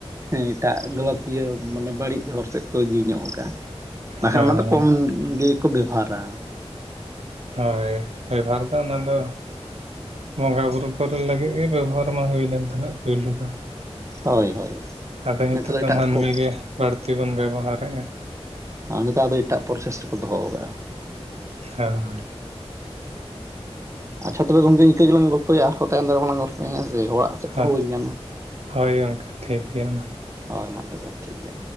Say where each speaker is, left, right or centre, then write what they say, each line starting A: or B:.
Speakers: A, on the right; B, on the right.
A: ᱦᱮᱸ ᱮᱴᱟᱜ ᱜᱚᱞᱚᱛᱤᱭᱟᱹ ᱢᱟᱱᱮ ᱵᱟᱹᱲᱤᱡ ᱦᱚᱨ ᱥᱮᱫ ᱠᱚ ᱤᱫᱤ ᱧᱚᱜ ᱟᱠᱟᱜᱼᱟ ᱵᱟᱠᱷᱟᱱ
B: ᱦᱳᱭ
A: ᱚᱱᱟ ᱫᱚ ᱠᱚᱢ ᱜᱮᱠᱚ ᱵᱮᱵᱷᱟᱨᱟ
B: ᱦᱳᱭ ᱵᱮᱵᱷᱟᱨ ᱫᱚ ᱚᱱᱟ ᱫᱚ ᱵᱚᱸᱜᱟ ᱵᱩᱨᱩ ᱠᱚᱨᱮ ᱞᱟᱹᱜᱤᱫ ᱜᱮ ᱵᱮᱵᱚᱦᱟᱨ ᱢᱟ ᱦᱩᱭ ᱞᱮᱱ ᱛᱟᱦᱮᱸᱱᱟ ᱯᱩᱭᱞᱩ ᱫᱚ᱾
A: ᱦᱳᱭ ᱦᱳᱭ
B: ᱟᱫᱚ ᱱᱤᱛᱳᱜ
A: ᱱᱤᱛᱚᱜ
B: ᱫᱚ
A: ᱮᱴᱟᱜ
B: ᱢᱟᱹᱱᱢᱤ
A: ᱯᱚ
B: ᱜᱮ ᱵᱟᱹᱲᱛᱤ ᱵᱚᱱ ᱵᱮᱵᱚᱦᱟᱨᱮᱜᱼᱟ᱾
A: ᱟᱨ ᱱᱮᱛᱟᱨ ᱫᱚ ᱮᱴᱟᱜ ᱯᱨᱚᱥᱮᱥ ᱨᱮᱠᱚ ᱫᱚᱦᱚ ᱠᱟᱜᱼᱟ᱾
B: ᱦᱳᱭ᱾
A: ᱦᱩᱸ ᱟᱪᱪᱷᱟ ᱛᱚᱵᱮ ᱜᱚᱝᱠᱮ ᱤᱱᱠᱟᱹ ᱜᱮᱞᱟᱝ ᱜᱚᱞᱯᱷᱚᱭᱟ ᱟᱨ ᱛᱟᱭᱚᱢ ᱫᱟᱨᱟ ᱜᱮᱞᱟᱝ ᱯᱷᱚᱭᱟ ᱦᱮᱸᱥᱮ ᱚᱲᱟᱜ ᱥᱮᱫ ᱠᱚ
B: ᱦᱳᱭ
A: ᱦᱚᱦᱚ ᱤᱧ ᱠᱟᱱᱟ᱾
B: ᱦᱳᱭ ᱜᱚᱝᱠᱮ ᱴᱷᱤᱠ ᱜᱮᱭᱟ ᱢᱟ᱾
A: ᱦᱳᱭ ᱢᱟ ᱛᱚᱵᱮ ᱴᱷᱤᱠ ᱜᱮᱭᱟ